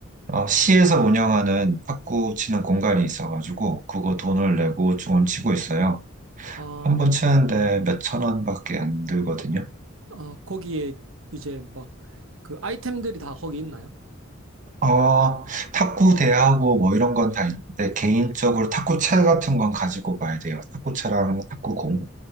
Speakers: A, on the right; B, on the right.
A: 어, 시에서 운영하는 탁구 치는 공간이 있어가지고 그거 돈을 내고 조금 치고 있어요.
B: 아,
A: 한 번 치는데 몇천 원밖에 안 들거든요.
B: 아, 거기에 이제 막 그 아이템들이 다 거기 있나요?
A: 어, 탁구 대하고 뭐 이런 건 다 있는데 개인적으로 탁구채 같은 건 가지고 가야 돼요. 탁구채랑 탁구공